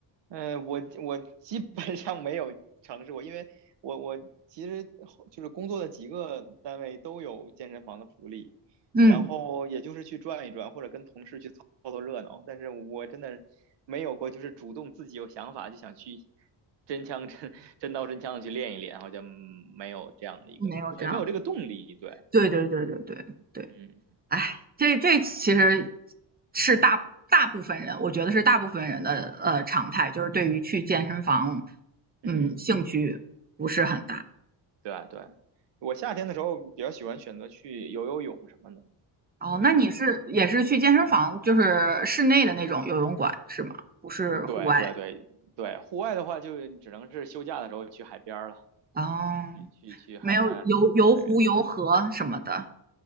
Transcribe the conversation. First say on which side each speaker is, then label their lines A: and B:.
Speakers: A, on the right (about 70°); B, on the right (about 20°).
A: 嗯，我我基本上没有尝试过，因为我我其实就是工作的几个单位都有健身房的福利，
B: 嗯，
A: 然后也就是去转一转，或者跟同事去凑凑热闹，但是我真的没有过就是主动自己有想法就想去真枪真真刀真枪的去练一练，好像没有这样的一个，
B: 没有这样的。
A: 好像没有这个动力，对，
B: 对对对对对对。
A: 嗯
B: 哎，这这其实是大大部分人，我觉得是大部分人的呃常态，
A: 嗯
B: 就是对于去健身房，
A: 嗯，
B: 嗯，兴趣不是很大。
A: 对啊对啊，我夏天的时候比较喜欢选择去游游泳什么的，
B: 哦，
A: 我觉得，
B: 那你是也是去健身房，
A: 嗯。
B: 就是室内的那种游泳馆是吗？不是户外。
A: 对对对对，户外的话就只能是休假的时候去海边儿了，
B: 哦，
A: 去去去海滩啊去海边儿，
B: 没有游游湖、游河什么的。